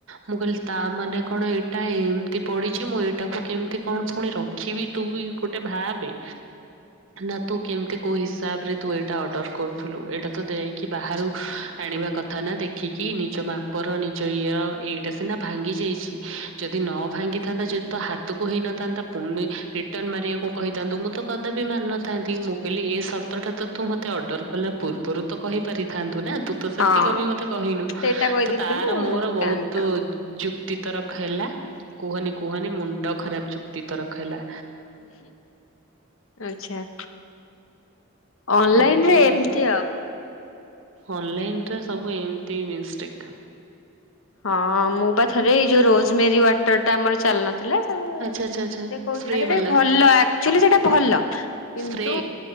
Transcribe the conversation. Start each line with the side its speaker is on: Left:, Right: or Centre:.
Right: ମୁଁ କହିଲି ତା ମାନେ କଣ ଏଇଟା ଏମିତି ପଡି ଛି ମୁଁ ଏଇଟାକୁ କେମିତି କଣ ଫୁଣି ରଖିବି ତୁ ବି ଗୋଟେ ଭାବେ ନା ତୁ କେମିତି କୋଉ ହିସାବରେ ତୁ ଏଇଟା ଅର୍ଡ଼ର କରୁଥିଲୁ ଏଇଟା ତ ଦେଇକି ବାହାରୁ ଆଣିବା କଥା ଫାନା ଦେଖିକି ନିଜ ମାପର ନିଜ ଇଏର ଏଇଟା ସିନା ଭାଙ୍ଗି ଯାଇଛି, ଯଦି ନ ଭାଙ୍ଗି ଥାନ୍ତା ଯେଦେ ତ ହାତକୁ ହେଇନଥାନ୍ତା ପୁଣି ରିଟର୍ଣ ମାରିବାକୁ କହିଥାନ୍ତୁ। ମୁଁ ତ କଦାପି ମାରିନଥାନ୍ତି। କହିଲି ଏଇ ସର୍ତ୍ତଟା ତୁ ମୋତେ ଅର୍ଡର କଲା ପୂର୍ବରୁ ତ କହିପାରିଥାନ୍ତୁ ନା, ତୁ ତ ସେତିକ
Left: ହଁ
Right: ବି ମତେ କହିନୁ।
Left: ସେଇଟା କହିଦେଇଥିଲେ
Right: ତ ତାର ମୋର
Left: ହେଇଥାନ୍ତା।
Right: ବୋହୁତୁ ଯୁକ୍ତି ତରକ ହେଲା। କୁହନି କୁହନି ମୁଣ୍ଡ ଖରାପ୍ ଯୁକ୍ତି ତରଖ ହେଲା।
Left: ଆଚ୍ଛା। ଅନଲାଇନ
Right: ଏମ୍ତି
Left: ରେ ଏମିତି
Right: ଆଉ। ଅନଲାଇନ୍ ରେ ସବୁ ଏମ୍ ଟିଭ୍ ଇନ୍ଷ୍ଟେକ୍
Left: ହଁ ମୁଁ ବା ଥରେ ଏଇ ଯୋଉ ରୋଜ୍ ମେରି ୱାଟର୍ ଟା ଆମର ଚାଲିନଥିଲା ତାକୁ
Right: ଆଚ୍ଛା ଆଚ୍ଛା ଆଚ୍ଛା
Left: ଦେଖଉଥିଲା
Right: ସ୍ପ୍ରେ
Left: ସେଟା
Right: ବାଲା
Left: ଭଲ ଆକ୍ଚୁଆଲି ସେଇଟା ଭଲ। କିନ୍ତୁ
Right: ସ୍ପ୍ରେ